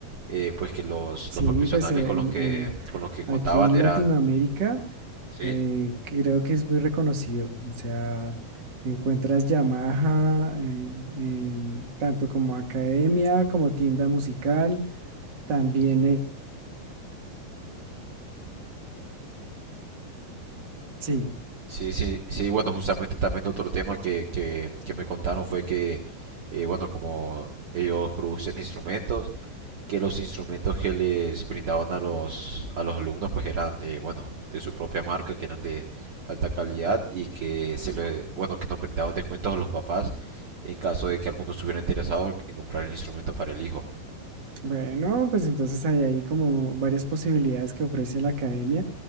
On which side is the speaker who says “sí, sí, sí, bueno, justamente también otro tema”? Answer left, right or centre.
Right